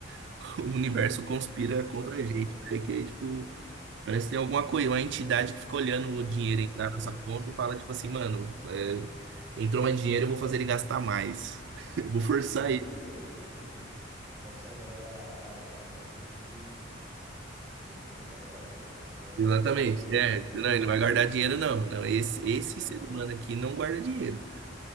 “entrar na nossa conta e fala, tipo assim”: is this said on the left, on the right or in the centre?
Right